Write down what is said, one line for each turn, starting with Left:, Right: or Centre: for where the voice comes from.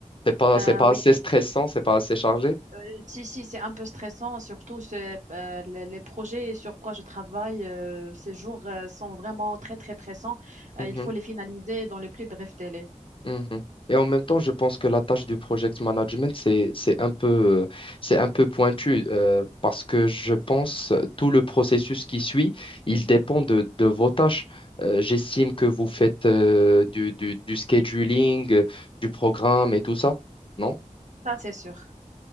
Left: C'est pas,
Right: Euh,
Left: c'est pas
Right: oui,
Left: assez stressant, c'est pas assez chargé.
Right: Euh, Si, si, c'est un peu stressant, surtout c'est, euh, les, les projets sur quoi je travaille euh, ces jours euh, sont vraiment très, très pressants.
Left: Mhm,
Right: Euh, il faut les finaliser dans le plus bref délai.
Left: mhm. Et en même temps, je pense que la tâche du project management, c'est, c'est un peu, euh, c'est un peu pointu euh, parce que je pense tout le processus qui suit, il dépend de, de vos tâches. Euh, j'estime que vous faites euh, du, du, du scheduling, euh, du programme et tout ça, non?
Right: Ça, c'est sûr.